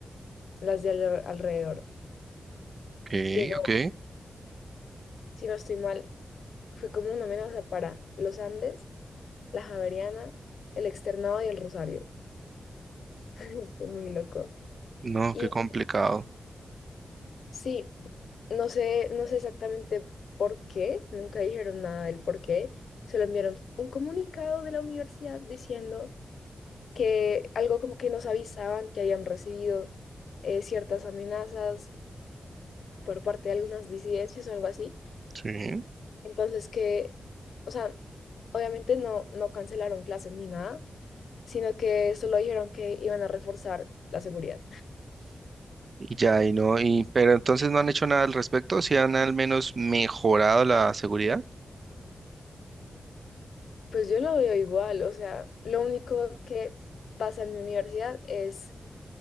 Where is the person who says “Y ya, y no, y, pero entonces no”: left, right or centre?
Right